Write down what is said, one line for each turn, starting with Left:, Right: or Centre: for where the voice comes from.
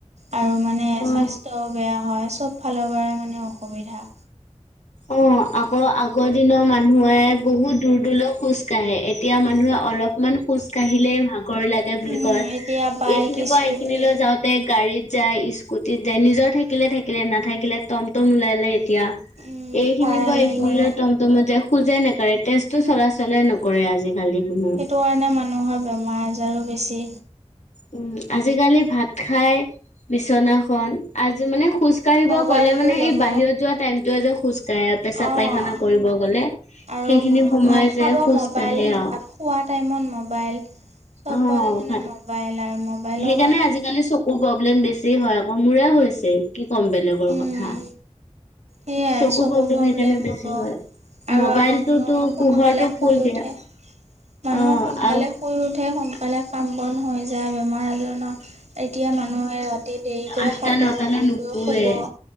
Right: আৰু মানে
Left: উম
Right: স্বাস্থ্যও বেয়া হয় চব ফালৰ পৰা মানে অসুবিধা
Left: অ আকৌ আগৰ দিনৰ মানুহে বহুত দূৰ দূৰলৈ খোজ কাঢ়ে এতিয়া মানুহে অলপমান খোজ কাঢ়িলেই ভাগ ৰ লাগে বুলি
Right: উম,
Left: কয়,
Right: এতিয়া বাইক,
Left: এইখিনি পৰা
Right: স্কুটি
Left: এইখিনিলৈ যাওঁতে গাড়ীত যায় স্কু স্কুটিত যাই নিজৰ থাকিলে থাকিলে নাথাকিলে টমটম ওলালে এতিয়া।
Right: উম,
Left: এইখিনি
Right: ভাড়া
Left: পা এইখিনি
Right: যাব।
Left: লৈ টমটমত যায় খোজে নাকাৰে তেজটো চলা চলেই নকৰে আজিকালি। কোনো
Right: সেইটো কাৰণে মানুহৰ বেমাৰ-আজাৰো বেছি।
Left: উম আজিকালি ভাত খাই বিচনাখন আজি মানে খোজ কাঢ়িব
Right: মোবাইলটো
Left: গ'লে মানে
Right: ল'ব
Left: এই বাহিৰত যোৱা টাইমতোৱে যে খোজ কাঢ়ে
Right: অ',
Left: পেছাব পায়খানা কৰিব গ'লে
Right: আৰু
Left: সেইখিনি সময়ে
Right: ভাত খাব
Left: যে খোজ
Right: মোবাইল
Left: কাঢ়ে আৰু
Right: ভাত খোৱা টাইমত মোবাইল। চবৰে
Left: অ'
Right: মানে
Left: ভাত
Right: মোবাইল আৰু মোবাইলৰ
Left: সেইকাৰণে
Right: কাৰণে
Left: আজিকালি
Right: মানে
Left: চকুৰ প্ৰব্লেম বেছি। হেয়ে হয় আকৌ মোৰে হৈছিল কি ক'ম বেলেগৰ
Right: উম,
Left: কথা
Right: সেয়াই
Left: চকু
Right: চকুৰ প্ৰব্লেম
Left: সেইকাৰণে বেছি
Right: হ'ব
Left: হয়।
Right: আৰু
Left: মোবাইলটোতো
Right: আগৰ মানুহ সোনকালে
Left: পোহৰটো
Right: শুই
Left: ফুল দিয়া
Right: উঠে মানুহে
Left: অ'
Right: সোনকালে
Left: আৰু
Right: শুই উঠে সোনকালে কাম বন হৈ যায় বেমাৰ আজাৰ নহয়। এতিয়া মানুহে ৰাতি দেৰিকে
Left: আঠটা
Right: খাব,
Left: নটালৈ
Right: দেৰিকৈ
Left: নুশুৱে।
Right: শুব,